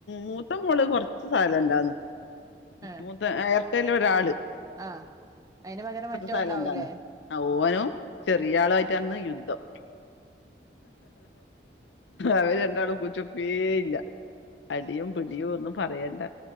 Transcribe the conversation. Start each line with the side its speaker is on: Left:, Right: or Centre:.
Left: മൂത്ത മോള് കൊർ ച്ച് സയ്ലന്റാന്ന്
Right: ഉം
Left: മൂത്തെ ഏഹ്ർ ത്തേലൊരാൾ
Right: ആഹ് അയിന് പകരം മറ്റോൻ
Left: സൈലന്റാന്ന്
Right: ഉണ്ടാവു ലേ.
Left: ആ ഓനും ചെറിയ ആളു ആയിട്ടാണ്ന്ന് യുദ്ധം. അവര് രണ്ടാളും കൂച്ചൊക് പേ ഇല്ല അടിയും പിടിയും ഒന്നും പറയണ്ട